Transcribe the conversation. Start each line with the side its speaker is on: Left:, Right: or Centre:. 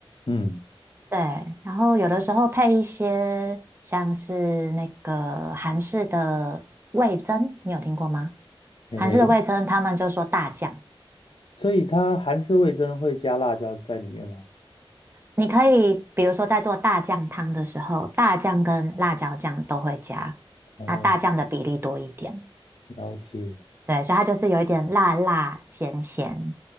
Left: 嗯，
Right: 对，然后有的时候配一些像是那个韩式的味增，你有听过吗？
Left: 诶，
Right: 韩式的味增，他们就说大酱，
Left: 所以它韩式味噌会加辣椒在里面吗？
Right: 你可以比如说在做大酱汤的时候，大酱跟辣椒酱都会加，
Left: 哦，
Right: 那大酱的比例多一点。
Left: 了解。
Right: 对，所以它就是有一点辣辣咸咸，